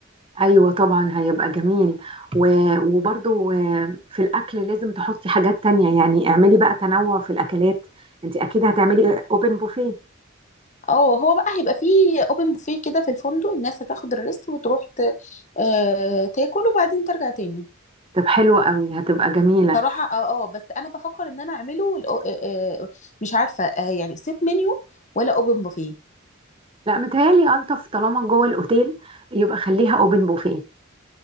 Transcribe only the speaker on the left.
اه هو بقى هيبقى فيه اوبن بوفيه كده في الفندق الناس هتاخد الريست وتروح ت... آه... تاكل وبعدين ترجع تاني
صراحة اه اه بس انا بفكر ان انا اعمله الأو- آه، آه، آه، مش عارفة آه، يعني سيت منيو ولا اوبن بوفيه